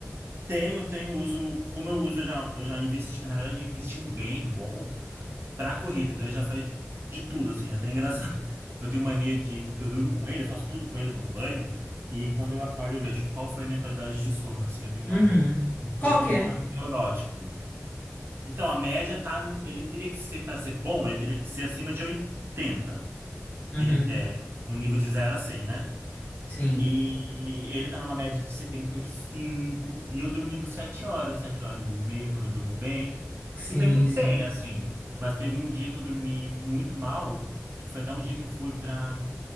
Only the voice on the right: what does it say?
Tenho, tenho uso, como eu uso, eu já, eu já investi, na verdade, investi um bem bom pra corrida, então ele já faz de tudo, assim, até é engraçado. <laughs> Eu tenho mania de, eu durmo com ele, eu faço tudo com ele, eu tomo banho, e quando eu acordo eu vejo qual foi a minha qualidade de sono, assim, eu tenho uma,
eu tô
um
pouco assim, neurótico. Então, a média tá, no- ele teria que ser, pra ser bom, ele teria que ser acima de 80
em- é, num nível de zero a cem né?
E ele tá numa média de setenta E cinco e eu dormindo 7 horas, 7 horas e meia, quando eu durmo bem.
E tá indo
bem, assim. Mas teve um dia que eu dormi muito mal, que foi até um dia que eu fui pra,